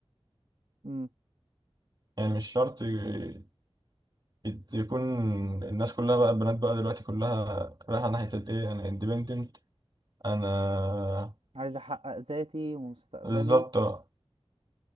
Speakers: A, on the right (about 70°); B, on the right (about 40°).
A: مم.
B: يعني مش شرط ي- يت- يكون الناس كلها بقى البنات بقى دلوقتي كلها رايحه ناحيه الايه انا independent انا
A: عايز احقق ذاتي ومستقبلي
B: بالظبط اه